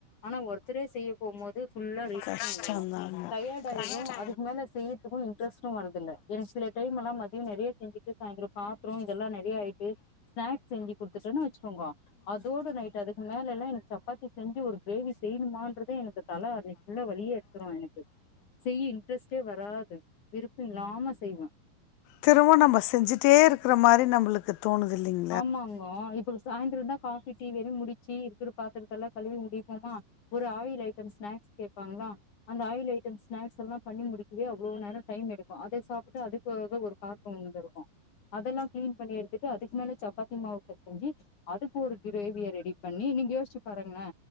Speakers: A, on the left; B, on the left.
A: ஆனா ஒருத்தரே செய்யப் போம்போது ஃபுல்லா ரெஸ்
B: கஷ்டந்தாங்க
A: <inaudible> ங்கும் டயர்ட்டு
B: கஷ்டோ
A: ஆயிரு அதுக்கு மேல செய்ரதுக்கு இன்ட்ரெஸ்ட்டு வர்தில்ல எனக்கு சில டைம்லா எல்லா மதியோ நெறைய செஞ்சுட்டு சாய்ந்தரோ பாத்தரோ இதெல்லா நிறைய ஆயிட்டு ஸ்நாக்ஸ் செஞ்சு குடுத்துட்டன்னு வச்சுக்கோங்கோ அதோட நைட் அதுக்கு மேலல எனக் சப்பாத்தி செஞ்சு ஒரு கிரேவி செய்யணுமான்றதே எனக்கு தல அன்னைக்கு ஃபுல்லா வழியே எடுத்துரு எனக்கு செய்ய இன்ட்ரெஸ்ட்டே வராது விருப்பமில்லாம செய்வே
B: திரும்பவு நம்ப செஞ்சுட்டே இருக்கிற மாரி நம்மளுக்கு தோணுது இல்லைங்
A: ஆமாங்கோ இப்ப சாய்ந்தரோந் தா காபி டீ வெறும் முடி ச்சீ இருக்கிற பாத்திரதல்லா கழுவி முடிப்போமா ஒரு ஆயில் ஐட்டம் ஸ்நாக்ஸ் கேப்பாங்களா அந்த ஆயில் ஐட்டம்ஸ் ஸ்நாக்ஸ் எல்லா பண்ணி முடிக்கவே அவ்ளவு நேரம் டைம் எடுக்கு அத சாப்ட்டு அதுக்காக ஒரு பாத்ரம் வந்திருக்கு அதெல்லா கிளீன் பண்ணி எடுத்துட்டு அதுக்கு மேல சப்பாத்தி மாவு பெசஞ்சு அதுக்கு ஒரு கிரேவிய ரெடி பண்ணி நீங்க யோசிச்சு பாருங்களே